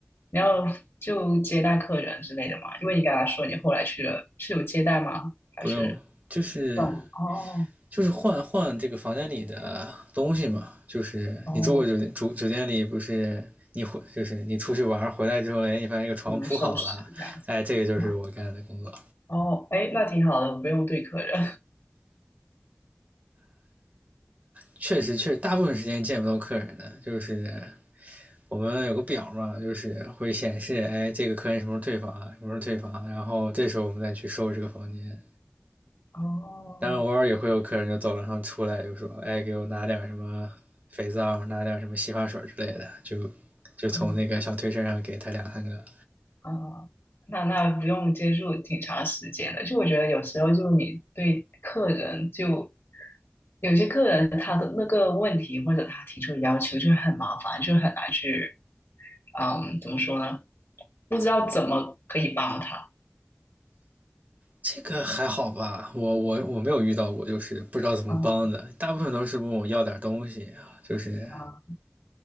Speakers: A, on the left; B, on the right.
A: 你要就接待客人之类的吗？因为你刚才说你后来去了，是有接待吗？还是？
B: 不用，就是
A: 对，哦
B: 就是换换这个房间里的东西嘛，就是你住过酒店，
A: 哦，
B: 住酒店里不是你回就是你出去玩回来之后，哎，你发现这个床铺好了，
A: 我们收拾这样子。
B: 哎，这个就是我干的工作。
A: 啊。哦，哎，那挺好的，我不用对客人。
B: 确实，确实大部分时间见不到客人的，就是我们有个表嘛，就是会显示，哎，这个客人什么时候退房啊，什么时候退房啊，然后这时候我们再去收拾这个房间。
A: <laughs> 哦，
B: 当然偶尔也会有客人就走廊上出来就说：“哎，给我拿点什么肥皂，拿点什么洗发水之类的。就”就从那个小推车上给他两三个。
A: 嗯啊，那那不用接触挺长时间的。就我觉得有时候就你对客人就有些客人他的那个问题或者他提出的要求就很麻烦，就很难去，嗯，怎么说呢？不知道怎么可以帮他。
B: 这个还好吧，我我我没有遇到过，就是不知道怎么帮的，
A: 啊
B: 大部分都是问我要点东西啊，就是
A: 啊